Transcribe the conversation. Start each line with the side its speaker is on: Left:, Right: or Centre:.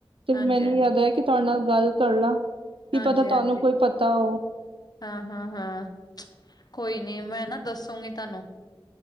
Right: ਤੇ
Left: ਹਾਂਜੀ,
Right: ਮੈਨੂੰ
Left: ਹਾਂਜੀ,
Right: ਯਾਦ ਆਇਆ ਕਿ ਤੁਹਾਡੇ ਨਾਲ ਗੱਲ ਕਰ ਲਾ ਕੀ
Left: ਹਾਂਜੀ,
Right: ਪਤਾ ਤੁਹਾਨੂੰ
Left: ਹਾਂਜੀ,
Right: ਕੋਈ ਪਤਾ ਹੋ
Left: ਹਾਂ ਹਾਂ ਹਾਂ ਕੋਈ ਨੀ ਮੈਂ ਨਾ ਦੱਸੂੰਗੀ ਤੁਹਾਨੂੰ